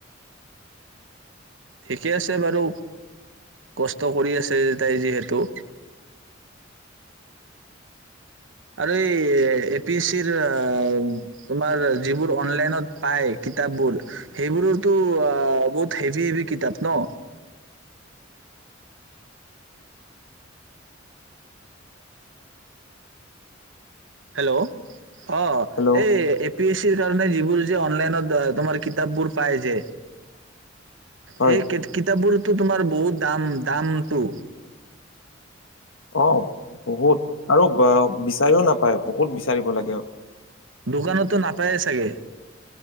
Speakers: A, on the right; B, on the left.
A: ঠিকে আছে বাৰু কষ্ট কৰি আছে তাই যিহেতু আৰু এই এ পি এ চিৰ আ, তোমাৰ যিবোৰ অনলাইনত পায় কিতাপবোৰ সেইবোৰতো আ, বহুত হেভি, হেভি কিতাপ ন? হেল্ল' অহ
B: হেল্ল'
A: এই পি এচ চিৰ কাৰণে যিবোৰ যে অনলাইনত দ তোমাৰ কিতাপবোৰ পায় যে
B: হয়
A: সেই কিত-কিতাপবোৰ টো তোমাৰ বহুত দাম-দামটো
B: অহ, বহুত আৰু ব-বিচাৰিও নাপায়, বহুত বিচাৰিব লাগে।
A: দোকানতো নাপায়ে চাগে?